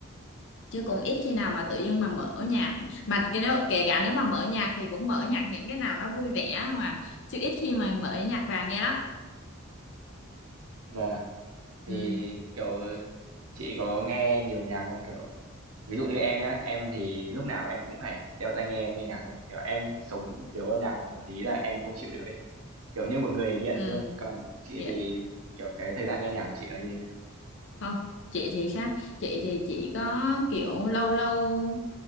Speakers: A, on the left; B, on the right.
A: chứ cũng ít khi nào mà tự dưng mà mở nhạc mà cái nếu kể cả nếu mà mở nhạc thì cũng mở nhạc những cái nào nó vui vẻ mà chứ ít khi mà mở nhạc vàng nghe lắm
B: Vâng
A: ừ
B: thì kiểu chị có nghe nhiều nhạc không kiểu ví dụ như em nhá em thì lúc nào em cũng phải đeo tai nghe em nghe nhạc luôn kiểu em sống thiếu âm nhạc một tí là em không chịu được ấy kiểu như một người nghiện
A: ừ
B: luôn còn chị
A: dạ.
B: thì kiểu cái thời gian nghe nhạc của chị là như thế nào
A: không chị thì khác chị thì chỉ có kiểu lâu lâu